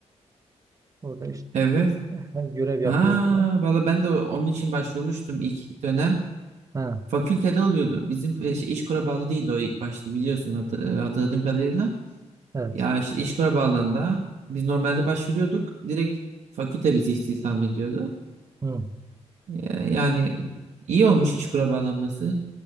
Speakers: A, on the right; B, on the right.
A: Orada işte
B: Evet.
A: <laughs> görev yapıyor
B: Ha,
A: orada.
B: valla ben de onun için başvurmuştum ilk dönem.
A: Ha,
B: Fakültede oluyordu. Bizim e, şey, İşkur'a bağlı değildi o ilk başta biliyorsun hatır- e, hatırladığım kadarıyla.
A: evet.
B: Ya işte İşkur'a bağlandığında biz normalde başvuruyorduk. Direkt fakülte bizi istihdam ediyordu.
A: Hı.
B: E, yani iyi olmuş İşkur'a bağlanması.